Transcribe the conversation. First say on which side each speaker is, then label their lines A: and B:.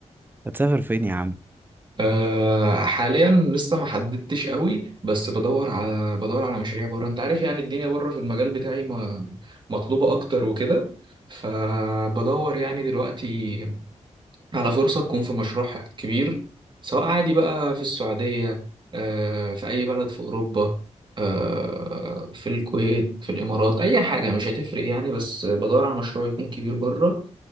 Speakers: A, on the right; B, on the right.
A: هتسافر فين يا عم
B: أه حاليا لسه ما حددتش قوي بس بدور على بدور على مشاريع بره انت عارف يعني الدنيا بره في المجال بتاعي ما مطلوبة اكتر وكده فبدور يعني دلوقتي على فرصة تكون في مشروع كبير سواء عادي بقى في السعودية أه في اي بلد في اوروبا أه في الكويت في الامارات اي حاجة مش هتفرق يعني بس بدور على مشروع يكون كبير بره